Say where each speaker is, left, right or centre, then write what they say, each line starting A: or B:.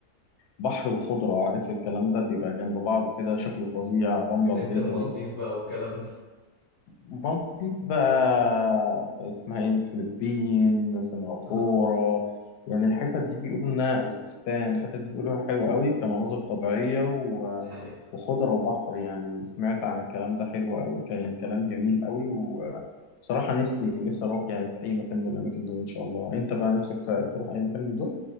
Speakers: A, on the left (about 75°); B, on the left (about 30°).
A: وبحر وخضره عارف الكلام ده بيبقى جنب بعض وكده شكله فظيع الرمله
B: جزيرة
A: البيضاء
B: المالديف
A: دي
B: بقى والكلام ده
A: مالدي بقى اسمها ايه الفلبين سنغافورة
B: اه
A: يعني الحتت دي بيقولوا انها اوزبكستان الحتت دي بيقولوا حلوة قوي كمناظر طبيعية و...
B: ده حقيقي
A: وخضرة وبحر يعني سمعت عن الكلام ده حلو قوي كان يعني كلام جميل قوي وبصراحة نفسي نفسي اروح يعني في اي مكان من الاماكن دول ان شاء الله انت بقى نفسك س- تروح اي مكان من دول